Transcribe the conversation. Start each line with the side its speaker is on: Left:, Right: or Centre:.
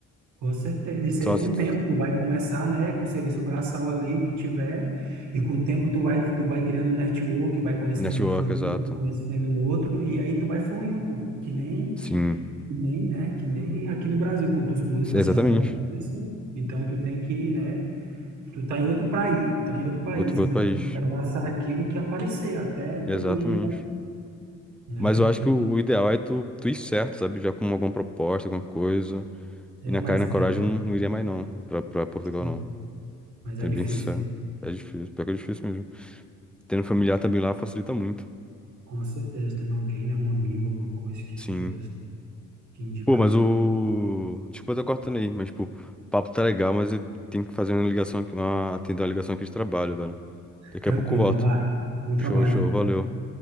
Right: Com certeza. Isso
Centre: Só
Right: aí é com
Centre: se
Right: o
Centre: tu...
Right: tempo. Tu vai começar, né, com o serviço braçal ali, o que tiver. E com o tempo tu vai, tu vai criando um network, vai conhecendo
Centre: Network,
Right: ali fulano,
Centre: exato.
Right: vai conhecendo outro. E aí tu vai fluindo, pô. Que nem,
Centre: Sim,
Right: que nem, né? Que nem aqui no Brasil, quando tu muda de uma
Centre: exatamente.
Right: cidade para outra, é assim. Então tu tem que, né? Tu tá em outro país, tu tá em outro país,
Centre: Outro, pra
Right: então
Centre: outro país.
Right: tu tem que abraçar aquilo que aparecer, até
Centre: Exatamente.
Right: tu ir né?
Centre: Mas
Right: Não
Centre: eu acho
Right: tem.
Centre: que o, o ideal é tu, tu ir certo, sabe? Já com alguma proposta, alguma coisa.
Right: É,
Centre: E na
Right: mas
Centre: cara e na
Right: é,
Centre: coragem eu não, não iria mais, não. Pra, pra Portugal,
Right: é,
Centre: não.
Right: mas
Centre: Sendo
Right: é difícil,
Centre: bem sincero.
Right: né?
Centre: É difícil, pior que é difícil mesmo. Tendo familiar também lá facilita muito.
Right: Com certeza, tendo alguém, né? Um amigo, alguma coisa que
Centre: Sim.
Right: pode que indicar
Centre: Pô, mas
Right: ali
Centre: o.
Right: um.
Centre: Desculpa, eu tô cortando aí, mas, pô, o papo tá legal, mas eu tenho que fazer uma ligação aqui, uma... atender uma ligação aqui de trabalho, velho. Daqui
Right: Tranquilo,
Centre: a pouco eu volto.
Right: vai lá. Bom trabalho
Centre: Show, show,
Right: aí.
Centre: valeu.